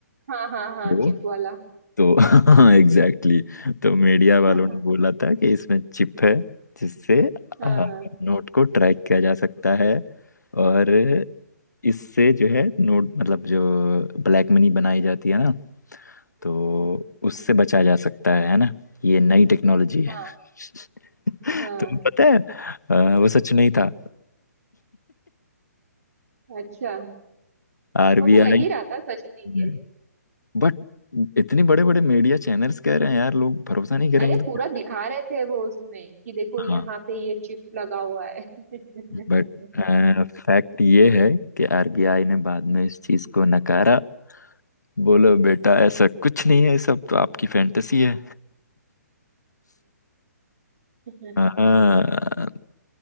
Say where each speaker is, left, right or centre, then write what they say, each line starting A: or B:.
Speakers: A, on the right; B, on the left.
A: हाँ हाँ हाँ
B: वो
A: चिप वाला
B: तो <laughs> एग्जैक्टली exactly, तो मीडिया
A: <laughs>
B: वालों ने बोला था कि इसमें चिप है जिससे
A: हाँ
B: अ,
A: हाँ
B: नोट को ट्रैक किया जा सकता है और इससे जो है नोट मतलब जो ब्लैक मनी बनाई जाती है ना
A: हम्म,
B: तो उससे बचा जा सकता है है ना ये नई टेक्नोलॉजी है
A: हाँ
B: <laughs>
A: हाँ
B: तुम्हें पता है अ, वो सच नहीं था
A: अच्छा
B: आरबीआई
A: वो तो लग ही रहा था सच
B: हम्म,
A: में ये
B: बट इतने बड़े बड़े मीडिया चैनल्स कह रहे हैं यार लोग भरोसा नहीं करेंगे
A: अरे
B: तो
A: पूरा
B: क्या
A: दिखा रहे थे वो उसमें कि देखो
B: हाँ
A: यहाँ पे ये चिप लगा हुआ है हम्म
B: बट फैक्ट ये है कि आरबीआई ने बाद में इस चीज को नकारा बोलो बेटा ऐसा कुछ नहीं है सब तो आपकी फैंटेसी है
A: <laughs>
B: हाँ